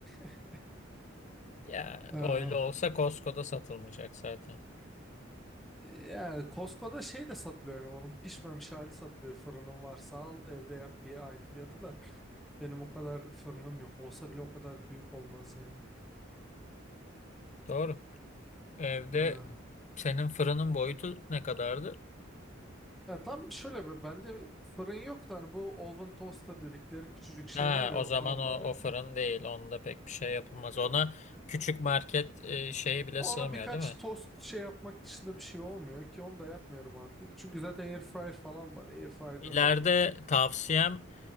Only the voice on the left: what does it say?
Ya
öyle olsa Costco'da satılmayacak zaten.
Doğru. Evde
senin fırının boyutu ne kadardı?
Ha,
o
zaman o,
o fırın değil. Onda pek bir şey yapılmaz.
Ona küçük market e, şeyi bile
sığmıyor,
değil mi?
İleride
tavsiyem